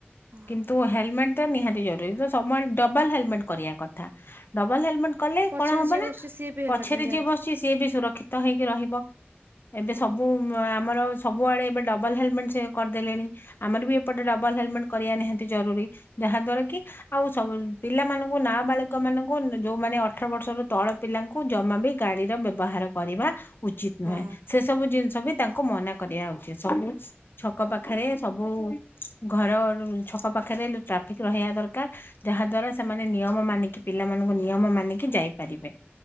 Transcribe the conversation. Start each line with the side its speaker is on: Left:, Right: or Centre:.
Right: ହଁ।
Left: କିନ୍ତୁ ହେଲମେଟ୍ ଟା ନିହାତି ଜରୁରୀ ତ ସମୁଆଡେ ଡବଲ୍ ହେଲମେଟ୍ କରିଆ କଥା। ଡବଲ୍ ହେଲମେଟ୍ କଲେ
Right: ପଛରେ
Left: କଣ ହବ
Right: ଯିଏ
Left: ନା
Right: ବସୁଛି ସିଏ ବି ହେଲମେଟ
Left: ପଛରେ
Right: ପିନ୍ଧିବା
Left: ଯିଏ
Right: କଥା
Left: ବସିଛି ସିଏ ବି ସୁରକ୍ଷିତ ହେଇକି ରହିବ। ଏବେ ସବୁ ଆମର ସବୁଆଡେ ଏବେ ଡବଲ୍ ହେଲମେଟ୍ କରିଦେଲେଣି। ଆମର ବି ଏପଟେ ଡବଲ୍ ହେଲମେଟ୍ କରିବା ନିହାତି ଜରୁରୀ, ଯାହାଦ୍ଵାରା କି ଆଉ ସବୁ ପିଲାମାନଙ୍କୁ ନାବାଳିକ ମାନଙ୍କୁ ଯୋଉମାନେ ଅଠର ବର୍ଷରୁ ତଳ ପିଲାଙ୍କୁ ଜମା ବି ଗାଡିର ବ୍ୟବହାର କରିବା ଉଚିତ
Right: ହଁ
Left: ନୁହେଁ, ସେ ସବୁ ଜିନିଷ ବି ତାଙ୍କୁ ମନା କରିବା ଉଚିତ, ସବୁ ଛକ ପାଖେରେ ସବୁ ଘର ଛକ ପାଖେରେ ଟ୍ରାଫିକ୍ ରହିବା ଦରକାର। ଯାହାଦ୍ଵାରା ସେମାନେ ନିୟମ ମାନିକି ପିଲାମାନଙ୍କୁ ନିୟମ ମାନିକି ଯାଇପାରିବେ।